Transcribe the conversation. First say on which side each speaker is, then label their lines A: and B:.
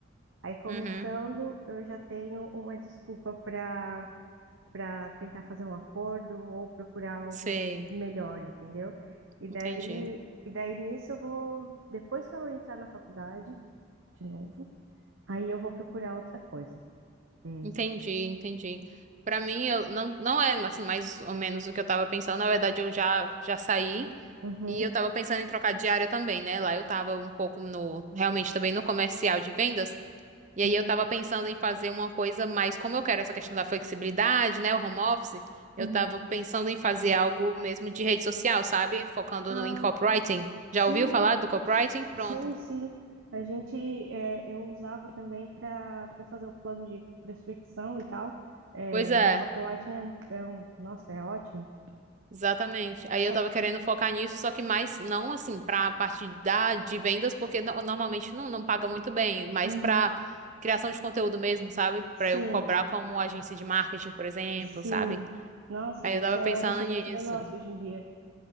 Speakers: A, on the right; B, on the right.
A: Aí, começando,
B: Uhum,
A: eu já tenho uma desculpa para para tentar fazer um acordo ou procurar algo
B: sei.
A: melhor, entendeu? E daí,
B: Entendi.
A: e daí nisso eu vou, depois que eu entrar na faculdade, de novo, aí eu vou procurar outra coisa. É,
B: Entendi, entendi. Pra mim, eu não, não é assim, mais ou menos o que eu tava pensando. Na verdade, eu já, já saí.
A: uhum,
B: E eu tava pensando em trocar de área também, né? Lá eu tava um pouco no, realmente também no comercial de vendas. E
A: uhum,
B: aí eu tava pensando em fazer uma coisa mais, como eu quero essa questão da flexibilidade, né? O home office, eu
A: uhum.
B: tava pensando em fazer algo mesmo de rede social, sabe? Focando
A: Ah,
B: no, em copywriting. Já
A: Sim,
B: ouviu falar do copywriting? Pronto.
A: sim, sim. A gente, é, eu usava também para para fazer o plano de prospecção e tal. É,
B: Pois é.
A: copywriting é, um, é um, nossa, é ótimo.
B: Exatamente. Aí
A: Só,
B: eu tava querendo focar nisso, só que mais não assim pra parte da de vendas, porque no- normalmente não, não paga muito bem, mas
A: uhum,
B: pra criação de conteúdo mesmo, sabe?
A: sim,
B: Pra eu cobrar como agência de marketing, por exemplo,
A: sim.
B: sabe?
A: Nossa,
B: Aí
A: isso
B: eu tava
A: é
B: pensando
A: um excelente
B: nisso.
A: negócio hoje em dia.